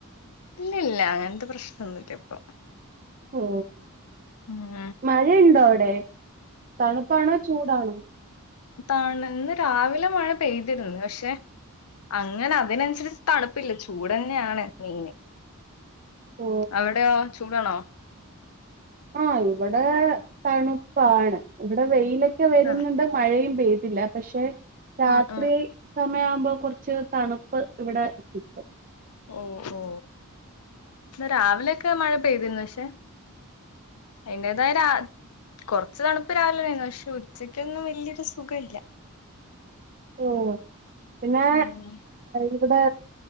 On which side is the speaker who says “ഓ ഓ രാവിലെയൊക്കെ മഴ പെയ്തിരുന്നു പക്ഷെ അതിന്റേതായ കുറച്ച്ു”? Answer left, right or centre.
Left